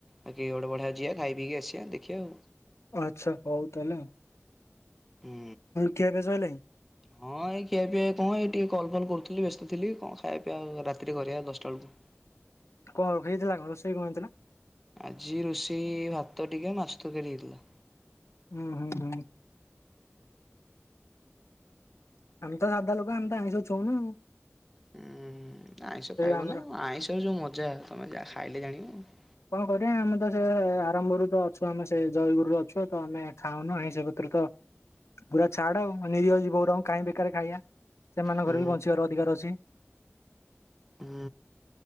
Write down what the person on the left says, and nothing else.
ଆଚ୍ଛା ହଉ ତାହଲେ ଆଉ।
ଖିଆ ପିଆ ସଇଲାଣି
କଣ ହେଇଥିଲା କଣ ରୋସେଇ କଣ ହେଇଥିଲା?
ହୁଁ ହୁଁ ହୁଁ। ଆମେ ତ ସାଧା ଲୋକ ଆମ ତ ଆଇଁଷ ଛୁଉନୁ।
ଆମର
କଣ କରିବା ଆମେ ତ ସେ ଆରମ୍ଭରୁ ତ ଅଛୁ, ଆମେ ସେ ଜୟଗୁରରେ ଅଛୁ ତ ଆମେ ଖାଉନୁ ଆଇଁସ ପତ୍ର ତ ପୁରା ଛାଡ ଆଉ ନିରହ ଜୀବ ଗୁରାଙ୍କୁ କାହିଁ ବେକାର ଖାଇବା ସେମାନଙ୍କର
ବି ବଞ୍ଚିବାର ଅଧିକାର ଅଛି।